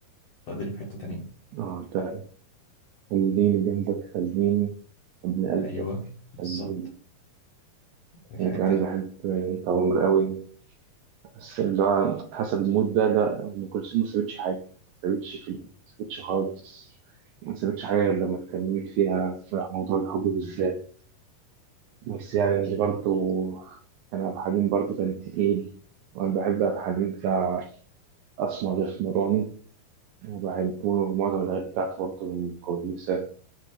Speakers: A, on the left; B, on the right.
A: تقدري في حته تانية
B: آه ده خليني جنبك خليني ابن قلبك
A: ايوه بالظبط
B: خليني
A: الحته
B: يعني كان
A: دي
B: بحب أنت عمر قوي بس اللي هو حسب المود ده لا أم كلثوم ما سابتش حاجة ما سابتش في ما سابتش خالص ما سابتش حاجة غير لما اتكلمت فيها في موضوع الحب بالذات بس يعني برضه كان عبد الحليم برضه كان تقيل وأنا بحب عبد الحليم بتاع أسمر الأسمراني وبحبه ومعظم الأغاني بتاعته برضه كويسة